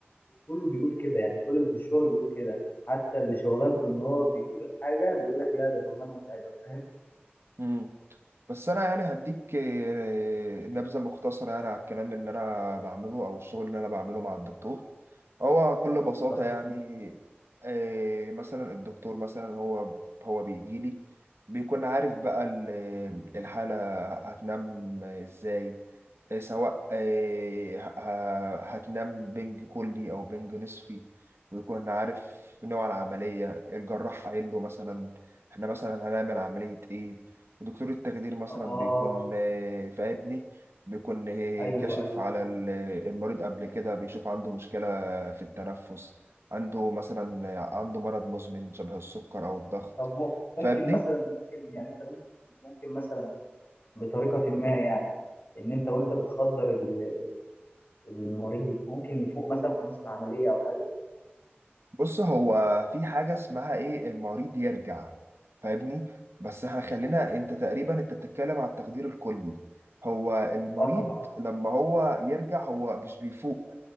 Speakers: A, on the left; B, on the right.
A: كله بيقول كده يعني كل اللي في الشغل بيقول كده حتى اللي شغلانته ان هو بيدوق الحاجه بيقول لك لا ده شغلانه متعبه فاهم
B: امم بس انا يعني هديك آه، نبذه مختصره يعني على الكلام اللي انا بعمله او الشغل اللي انا بعمله مع الدكتور هو بكل بساطه
A: طيب.
B: يعني آه، مثلا الدكتور مثلا هو هو بيجي لي بيكون عارف بقى ال- الحاله هتنام ازاي آه، سواء آه، ه- ه- هتنام بنج كلي أو بنج نصفي ويكون عارف نوع العملية الجراح قايل له مثلا احنا مثلا هنعمل عملية ايه ودكتور التخدير مثلا
A: اه
B: بيكون آه، في ابني بيكون آه،
A: ايوه
B: كاشف
A: ايوه
B: على ال- المريض قبل كده بيشوف عنده مشكلة في التنفس عنده مثلا آه، عنده مرض مزمن شبه السكر أو الضغط
A: طب مم- ممكن
B: فاهمني؟
A: مثلا ممكن يعني انت ممكن ممكن مثلا بطريقه ما يعني ان انت وانت بتخدر ال- المريض ممكن يفوق مثلا في نص العمليه او حاجه
B: بص هو في حاجة اسمها ايه المريض يرجع فاهمني بس احنا خلينا انت تقريبا انت بتتكلم على التقدير الكلي هو المريض
A: اه طبعا
B: لما هو يرجع هو مش بيفوق